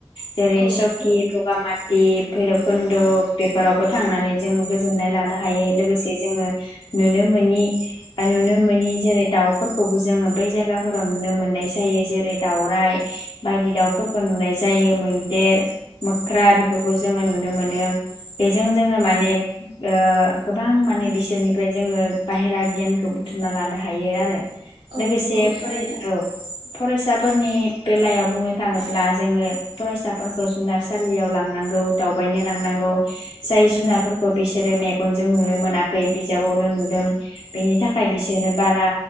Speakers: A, on the left (about 50°); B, on the right (about 70°).
A: जेर
B: औ
A: चकी
B: नंगौ
A: बगामा ति भैरबकुन्द बेफोरावबो थांनानै जोङो गोजोननाय लानो हायो लोगोसे जोङो नुनो मोनि नुनो मोनि जेरै दाउफोरखौबो जोङो बै जायगाफोराव नुनो मोननाय जायो जेरै दाउराइ बायदि दाउफोरखौ नुनाय जायो मै देर, मोख्रा बेफोरखौ जोङो नुनो मोनो बेजों जोङो माने ओ गोबां माने बिसोरनिफ्राय जोङो बाहेरा गियानखौ बुथुमना लानो हायो आरो।
B: औ
A: लोगोसे
B: नंगौ थारैनो
A: फराय औ फरायसाफोरनि बेलायाव बुंनो थाङोब्ला जोङो फरायसा फोरखौ जुनारसालियाव लांनांगौ दावबायनो लांनांगौ जाय जुनारफोरखौ बिसोरो मेगनजों नुनो मोनाखै बिजाबावनो नुदों बेनि थाखाय बिसोरो बारा